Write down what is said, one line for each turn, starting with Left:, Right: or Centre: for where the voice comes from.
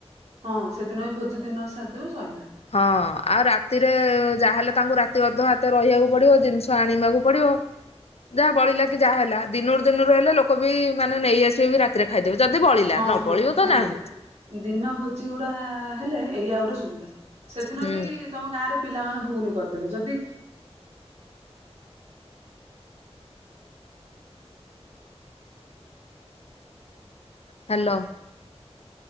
Right: ହଁ ସେଦିନ ବି ଭୋଜି ଦିନରେ ସାରିଦେବେ ସଇଲା।
Left: ହଁ ଆଉ ରାତିରେ ଯାହାହେଲେ ତାଙ୍କୁ ରାତି ଅଧ ହାତେ ରହିବାକୁ ପଡିବ ଜିନିଷ ଆଣିବାକୁ ପଡିବ।
Right: ହ
Left: ଯାହା ବଳିଲା କି ଯାହା ହେଲା ଦିନରୁ ଦିନରୁ ହେଲେ ଲୋକ ବି ମାନେ ନେଇଆସିବେ ବି ରାତିରେ ଖାଇଦେବ ଯଦି ବଳିଲା
Right: ହଁ
Left: ନ
Right: ହଁ
Left: ବଳିବ
Right: ହଁ
Left: ତ ନାହିଁ।
Right: ଦିନ <inaudible> ହେଲେ ଏଇଆ ଗୋଟେ ସୁବିଧା ସେଦିନ
Left: ହୁଁ
Right: ବି ତମ ଗାଁରେ ପି ପିଲାମାନେ ଭୁଲ କରିଦେଲେ ଯଦି
Left: hello.